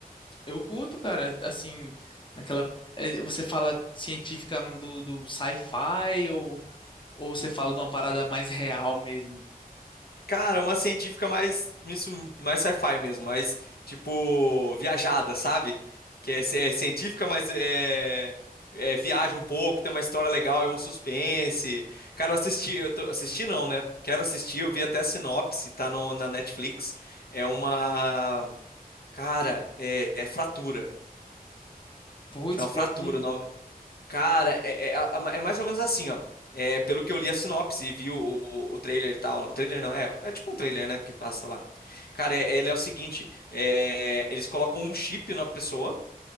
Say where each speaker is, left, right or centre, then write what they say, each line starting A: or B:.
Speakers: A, on the left; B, on the left.
A: Eu curto, cara, assim, naquela. é, Você fala científica do, do sci-fi ou, ou você fala de uma parada mais real mesmo?
B: Cara, uma científica mais, isso, mais sci-fi mesmo, mais, tipo, viajada, sabe? Que é, ci- é científica, mas é, é, viaja um pouco, tem uma história legal, é um suspense. Cara, eu assisti, eu tô, assisti não, né? Quero assistir, eu vi até a sinopse, tá no, na Netflix. É uma, cara, é, é Fratura.
A: Putz,
B: Chama
A: pior
B: Fratura,
A: que.
B: Cara, é, é- é mais ou menos assim, ó. É, pelo que eu li a sinopse e vi o, o, o trailer e tal. Não, o trailer não, é, é tipo um trailer, né, que passa lá. Cara, é, ele é o seguinte: é, eles colocam um chip na pessoa,